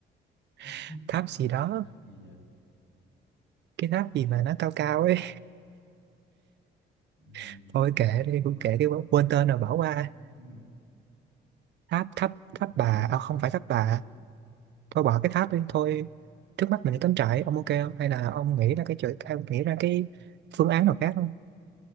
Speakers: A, on the left; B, on the right.
A: <laughs>
B: <laughs> tháp gì đó
A: tháp gì giờ
B: cái tháp gì mà nó cao cao ấy
A: Ừm,
B: <laughs> thôi kệ
A: tháp
B: đi cũng
A: gì
B: kệ
A: ta
B: đi quên tên rồi bỏ qua
A: <laughs>
B: tháp tháp tháp
A: ok
B: bà à, không
A: thấy
B: phải
A: hợp
B: tháp bà
A: lý đó
B: thôi bỏ cái tháp đi thôi trước mắt mình đi cắm trại ông ok không hay là ông nghĩ ra cái chuyện ông nghĩ ra cái phương án nào khác không